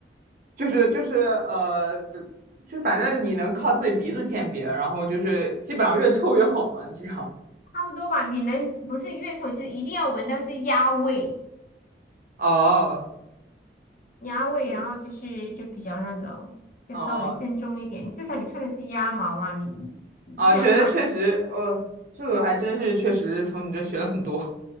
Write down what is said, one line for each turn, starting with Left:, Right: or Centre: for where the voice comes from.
Right: 就是就是呃，就反正你能靠自己鼻子鉴别，然后就是基本上越臭越好嘛，这样。
Left: 差不多吧。你能不是越臭，就是一定要闻到是鸭味，
Right: 哦。
Left: 鸭味，
Right: 嗯，
Left: 然后就是就比较那个，就稍微正宗一点。
Right: 哦，
Left: 至少你穿的是鸭毛嘛，你你不然的话，
Right: 啊，觉得确实，呃，这个还真是确实从你这学了很多，